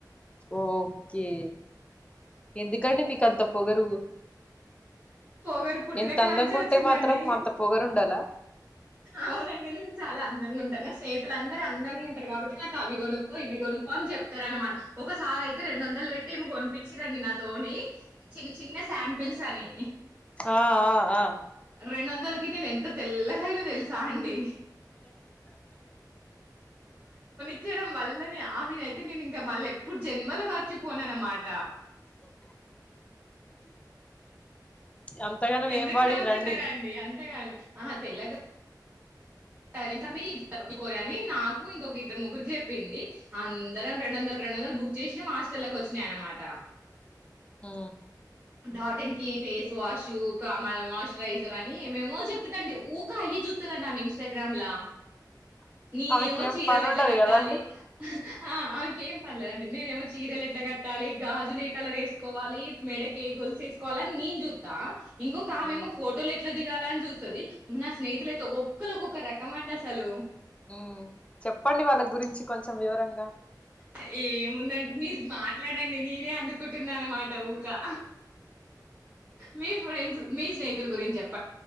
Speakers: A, on the left; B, on the right.
A: ఓకే. ఎందుకండి మీకంత పొగరు
B: పొగరు పుట్టినకాంచే
A: ఎంత అందంగా
B: వచ్చిందండి.
A: ఉంటే మాత్రం అంత పొగరు ఉండాలా
B: అవునండి నేను చాలా అందంగా ఉం ట నా స్నేహితులందరూ అందంగుంటరు కాబట్టి నాకు అవి కొనుక్కో ఇవి కొనుక్కో అని చెప్తారనమాట ఒకసారి అయితే రె రెండు వందలు పెట్టి కొనిపిచ్చిరండి నాతోనీ చిన్న చిన్న తెలుసని
A: ఆ ఆ ఆ
B: రెండొందలకి నేనెంత తెల్లగైనా తెలుసా అండి. ఇచ్చడం వల్లనే ఆమెనయితే నేనింక మల్లెప్పుడు జన్మలో మరిచిపోననమాట్
A: అంతగానం
B: ఎందుకు
A: ఏం పాడిరండి
B: నవ్వుతున్నారాండి అంతగాన ఆహా తెల్లగా <unintelligible> కోరని నాకు ఇంకొక ఇద్దరు ముగ్గురికి చెప్పింది అం దరం రెండు వందల్ రెండు వందల్ బుక్ చేసినం హాస్టల్లకు వచ్చినాయనమాట
A: ఆ
B: డాటిన్ కి ఫేస్ వాష్ కామ మాశ్చరైజర్ అని ఏమేమో చెప్తదండి ఊకా అయి చుత్తదండామె ఇంస్టాగ్రామ్ల నేనేమో
A: ఆమెకి ఏం
B: చీరలేట్ల
A: పని ఉండదు
B: కట్టాలి.
A: కదండి
B: ఆ ఆమెకేం పన్లేదండి నేనేమో చీరలు ఎట్లా గట్టాలి గాజులేకలర్ వేసుకోవాలి మెడకేగో గోలుసేసుకోవాలని నేన్ చూత్తా ఇంకొక ఆమెమో
A: ఉమ్,
B: ఫోటోలేట్ల దిగాలని చూస్తది. నా స్నేహితులైతే ఒకోక్ ఒక్కలోకోక్క రక మండసలు
A: మ్మ్ చెప్పండి వాళ్ళ గురించి కొంచెం వివరంగా
B: అ ఏముందండి మీరు మాట్లాడండి నేనే అందుకుంటున్నా నన్నమాట ఊకా మీ ఫ్రెండ్స్ మీ స్నేహితుల గురించి చెప్ప